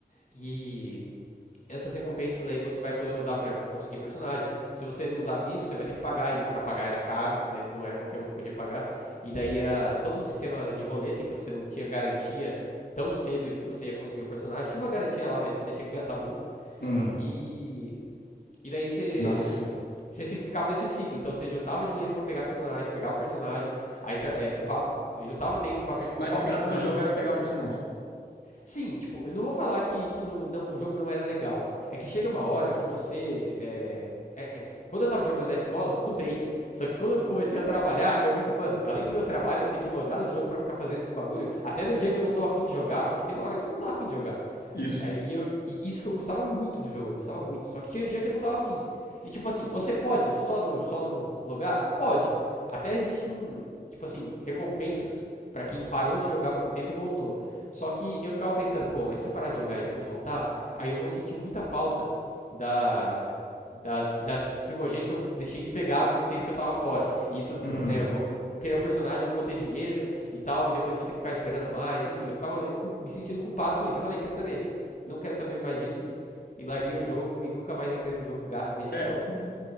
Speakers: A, on the left; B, on the left.
A: Que essas recompensas aí você vai poder usar para conseguir personagem. Se você não usar isso, você vai ter que pagar e para pagar era caro, né? Não era qualquer um que podia pagar. E daí era todo um sistema de roleta, então você não tinha garantia tão cedo de que você ia conseguir o personagem. Tinha uma garantia lá, mas você tinha que gastar muito.
B: Hum.
A: E e daí você
B: Nossa.
A: você ficava nesse ciclo, então você juntava dinheiro para pegar personagem, pegava o personagem, aí é, upa, juntava tempo para
B: Mas
A: upar
B: a
A: o personagem,
B: graça do jogo era pegar o personagem.
A: Sim, tipo, eu não vou falar que, que não, não- o jogo não era legal. É que chega uma hora que você. é, é- é- quando eu tava jogando na escola, tudo bem. Só que quando eu comecei a trabalhar, eu vi que, mano, além do meu trabalho, eu tenho que logar no jogo pra ficar fazendo esses bagulho. Até no dia que eu não tô afim de jogar, porque tem uma hora que você não tá afim de jogar.
B: Isso.
A: É, e, eu, e isso que eu gostava muito do jogo, eu gostava muito. Só que tinha dia que eu não tava afim. E tipo assim, você pode só não, só não logar? Pode. Até existem, tipo assim, recompensas pra quem parou de jogar por um tempo e voltou. Só que eu ficava pensando, pô, mas se eu parar de jogar e depois voltar, aí eu vou sentir muita falta da. Das, das primogênitas que eu deixei de pegar no tempo que eu tava fora. E isso,
B: Hum.
A: né, eu vou eu querer o personagem, não vou ter dinheiro e tal, e depois eu vou ter que ficar esperando mais, enfim, eu ficava me sentindo culpado por isso. Eu falei, quer saber? não quero saber mais disso. E larguei o jogo e nunca mais entrei no jogo gasto desde
B: É,
A: então.